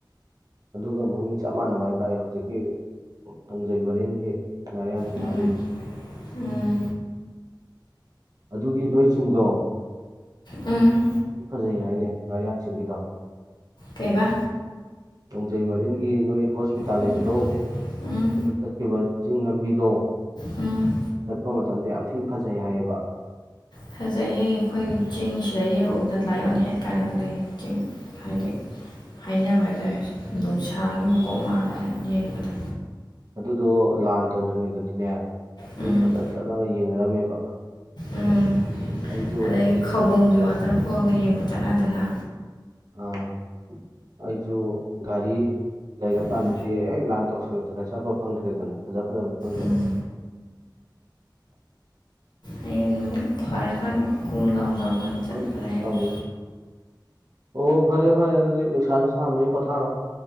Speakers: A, on the right; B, on the left.
A: ꯑꯗꯨꯒ ꯃꯃꯤꯡ ꯆꯞ ꯃꯥꯟꯅꯕ ꯍꯥꯏꯇꯥꯔꯦ ꯍꯧꯖꯤꯛꯀꯤ ꯇꯨꯡꯖꯩ ꯃꯔꯤꯡꯒꯤ ꯉꯥꯔꯤꯌꯥꯟ ꯆꯤꯡ
B: ꯎꯝ
A: <inaudible>
B: ꯎꯝ
A: ꯑꯗꯨꯒꯤ ꯅꯣꯏ ꯆꯤꯡꯗꯣ
B: ꯎꯝ
A: ꯊꯤ ꯐꯖꯩ ꯍꯥꯏꯅꯦ ꯉꯥꯔꯤꯌꯥꯟꯆꯤꯡꯒꯤꯗꯣ
B: ꯀꯩꯕꯥ
A: ꯇꯣꯡꯖꯩ ꯃꯔꯤꯟꯒꯤ ꯅꯣꯏ ꯍꯣꯁꯄꯤꯇꯥꯜ
B: ꯎꯝ
A: ꯂꯩꯕꯗꯣ
B: ꯎꯝ
A: ꯑꯗꯨ ꯆꯠꯈꯤꯕ ꯆꯤꯡ ꯂꯝꯕꯤꯗꯣ
B: ꯎꯝ
A: ꯆꯠꯄ ꯃꯇꯝꯗ ꯌꯥꯝ ꯊꯤꯅ ꯐꯖꯩ ꯍꯥꯏꯌꯦꯕ
B: ꯐꯖꯩꯌꯦ ꯑꯈꯣꯏ ꯆꯤꯡꯁꯤꯗ ꯌꯦ ꯎꯕꯗ ꯂꯥꯏꯑꯣꯟ ꯍꯦꯠ ꯀꯥꯏꯅꯒ ꯂꯩ ꯆꯤꯡ ꯍꯥꯏꯗꯤ ꯍꯥꯏꯅꯕ ꯍꯥꯏ ꯇꯥꯔꯦ ꯅꯨꯡꯁꯥꯒꯤ ꯃꯀꯣꯛ ꯃꯥꯜꯂ ꯌꯦꯡꯕꯗ
A: ꯑꯗꯨꯗꯣ ꯂꯥꯟ ꯇꯧꯗ꯭ꯔꯤꯉꯩꯗꯗꯤꯅꯦ ꯅꯣꯏ
B: ꯎꯝ
A: ꯐꯖꯅ ꯆꯠꯂꯒ ꯌꯦꯡꯅꯔꯝꯃꯦꯕ
B: ꯎꯝ
A: ꯑꯩꯁꯨ
B: ꯑꯗꯒꯤ ꯈꯧꯕꯨꯝꯒꯤ ꯋꯥꯇꯔꯐꯣꯜꯒ ꯌꯦꯡꯕ ꯆꯠꯅꯗꯅ
A: ꯑꯥ ꯑꯩꯁꯨ ꯒꯥꯔꯤ ꯂꯩꯔꯀꯥꯟꯗꯗꯤ
B: ꯎꯝ
A: ꯍꯦꯛ ꯂꯥꯟ ꯇꯧꯁꯤꯜꯂꯛꯇꯅ ꯆꯠꯄ ꯐꯪꯗ꯭ꯔꯦꯗꯅ ꯐꯖ ꯐꯖꯕ ꯃꯐꯝꯁꯦ
B: ꯎꯝ ꯎꯝ ꯑꯃꯨꯛ ꯐꯔꯀꯥꯟꯗ ꯀꯨꯜ ꯗꯥꯎꯟ ꯇꯧꯔꯀꯥꯟꯗ ꯆꯠꯄꯗ
A: ꯈꯪꯗꯦꯗ
B: ꯍꯥꯏꯗꯨꯅꯤ
A: ꯇꯧꯔꯤꯁꯦ ꯑꯣ ꯐꯔꯦ ꯐꯔꯦ ꯑꯗꯨꯗꯤ ꯅꯨꯡꯁꯥꯁꯨ ꯁꯥꯕꯅꯤꯅ ꯄꯣꯊꯥꯔꯣ